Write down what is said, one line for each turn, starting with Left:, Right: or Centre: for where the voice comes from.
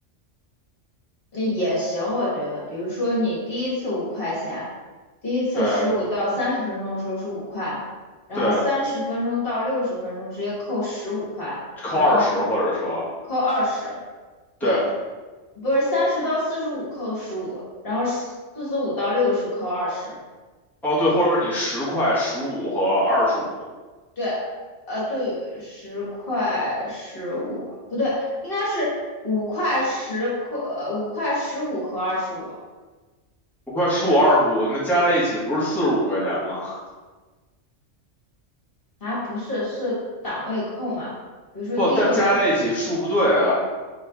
Left: 那也行，我觉得，比如说你第一次五块钱，第一次十五到三十分钟的时候是五块，
Centre: 对
Left: 然后三十分钟到六十分钟直接扣十五块，
Centre: 对，扣二十或者说
Left: 然后后扣二十，对，
Centre: 对，
Left: 不是三十到四十五扣十五，然后四十五到六十扣二十，
Centre: 哦对，或者你十块、十五和二十五，
Left: 对，呃，对，十块十五，不对，应该是五块十块，呃，五块十五和二十五。
Centre: 五块、十五、
Left: 对。
Centre: 二十五，那加在一起不是四十五块钱吗？<laughs>
Left: 啊，不是，是档位扣嘛？比如说第一个扣，
Centre: 不，但加在一起数不对啊，